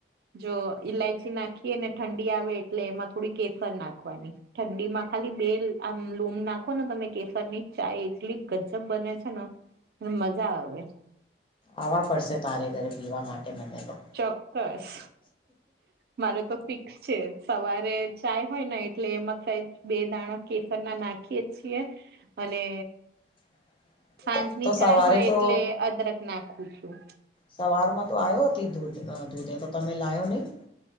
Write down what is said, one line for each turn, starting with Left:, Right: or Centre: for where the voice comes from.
Right: જો ઈલાયચી નાખીએ ને, ઠંડી આવે એટલે એમાં થોડી કેસર નાખવાની. ઠંડી માં ખાલી બે આમ લૂમ નાખો ને તમે કેસર ની ચાાય એટલી ગજબ બને છે ને! એમ મજા આવે.
Left: આવવા પડશે તારે ઘરે. પીવા માટે મને તો
Right: ચોક્કસ! મારે તો ફિક્સ છે. સવારે ચાય. હોયને એટલે એમાં સેજ બે દાણા કેસર ના નાખીએે છીએ, અને
Left: <inaudible>
Right: સાંજની
Left: તો
Right: ચાય
Left: સવારે
Right: હોય,
Left: તો
Right: એટલે અદરક નાખું છું.
Left: સવાર માં તો આયોતી દૂધ -દુધે તો તમે લાયો નહી?